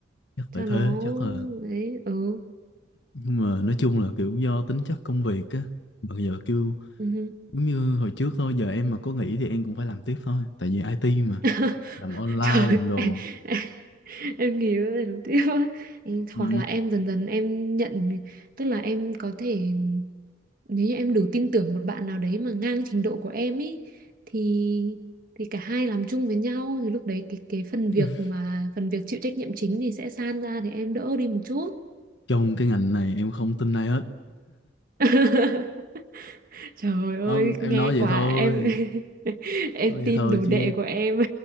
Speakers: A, on the left (about 65°); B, on the right (about 50°).
A: Chắc
B: cho
A: phải
B: nó
A: thế chắc là
B: đấy ừ
A: nhưng mà nói chung là kiểu do tính chất công việc á Mà giờ kêu
B: Ừ.
A: giống như hồi trước thôi giờ em mà có nghỉ thì em cũng phải làm tiếp thôi tại vì IT mà
B: <laughs>
A: làm online
B: Trời
A: làm đồ
B: em, em, em nghĩ cái này đầu tiên á. Em-
A: ừ.
B: hoặc là em dần dần em nhận tức là em có thể nếu như em đủ tin tưởng một bạn nào đấy mà ngang trình độ của em ý thì thì cả hai làm chung với nhau thì lúc đấy cái cái phần
A: <laughs>
B: việc mà phần việc chịu trách nhiệm chính thì sẽ san ra thì em đỡ đi một chút
A: trong cái ngành này em không tin ai hết
B: <laughs> Trời ơi,
A: không em
B: nghe
A: nói
B: quả
A: vậy thôi
B: em <laughs> em
A: nói vậy
B: tin
A: thôi
B: đồ
A: chứ
B: đệ của em